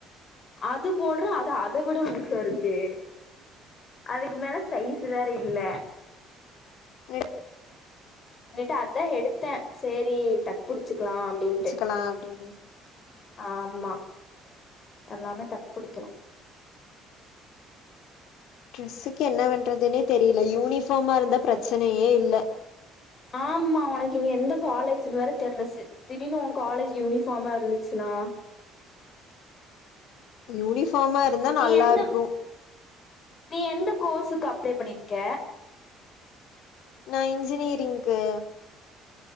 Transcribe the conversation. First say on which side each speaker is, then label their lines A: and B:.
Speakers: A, on the left; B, on the left.
A: அது போட்றே அது அத விட லூசாருக்கு அதுக்கு மேல சைஸ் வேற இல்ல
B: நெடு
A: இல்லாட்டு அதா எடுத்தே செரி தக் புடிச்சுக்கலா அப்டின்ட்டு
B: கலா அப்டின்னு
A: ஆமா எல்லாமே தக் புடிக்குணு
B: ட்ரெஸ்ஸுக்கு என்ன பண்றதுனே தெரியில யூனிஃபார்மா இருந்தா ப்ரச்சனையே இல்ல
A: ஆமா ஒனக்கு நீ எந்த காலேஜ்ன்னு வேற தெர்லசு திடீர்னு ஓ காலேஜ் யூனிஃபார்மா இருந்துச்சுன்னா
B: யூனிஃபார்மா இருந்தா
A: நீ
B: நல்லா
A: எந்த
B: இருக்கு
A: நீ எந்த கோர்ஸுக்கு அப்ளே பண்ணியிருக்க
B: நா இன்ஜினியரிங்க்கு